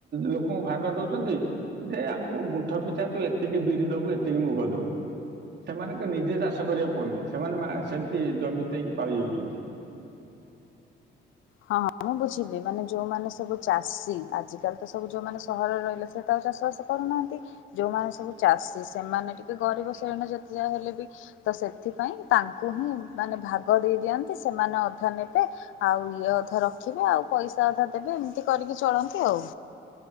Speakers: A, on the right; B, on the left.
A: ଲୋକଙ୍କୁ ଭାଗ ଦଉଛନ୍ତି ଯେ ଆମକୁ ଗୁଣ୍ଠ ପିଛା ତୁ ଏତିକି ବିରି ଦବୁ ଏତିକି ମୁଗ ଦବୁ। ସେମାନେ ତ ନିଜେ ଚାଷ କରିବାକୁ ପଡୁନି ସେମାନେ ସେମିତି ଜମି ଦେଇକି ପାଇ ଯାଉଛନ୍ତି।
B: ହଁ ହଁ ମୁଁ ବୁଝିଲି ମାନେ ଯୋଉମାନେ ସବୁ ଚାଷୀ ଆଜିକାଲି ତ। ସବୁ ଯୋଉମାନେ ସହରରେ ରହିଲେ ସେ ତ ଆଉ ଚାଷ ବାସ କରୁନାହାନ୍ତି ଯୋଉମାନେ ସବୁ ଚାଷୀ ସେମାନେ ଟିକେ ଗରିବ ଶ୍ରେଣୀ ଯେତେ ଯାହା ହେଲେ ବି ତ ସେଥିପାଇଁ ତାଙ୍କୁ ହିଁ ମାନେ ଭାଗ ଦେଇ ଦିଅନ୍ତି ସେମାନେ ଅଧା ନେବେ ଆଉ। ଇଏ ଅଧା ରଖିବେ ଆଉ ପଇସା ଅଧା ଦେବେ ଏମିତି କରିକି ଚଳନ୍ତି ଆଉ।